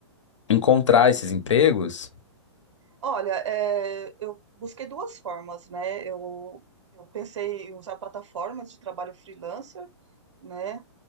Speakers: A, on the left; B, on the right.
A: encontrar esses
B: uhum.
A: empregos?
B: Olha, é, eu busquei duas formas, né? Eu, eu pensei em usar plataformas de trabalho freelancer, né?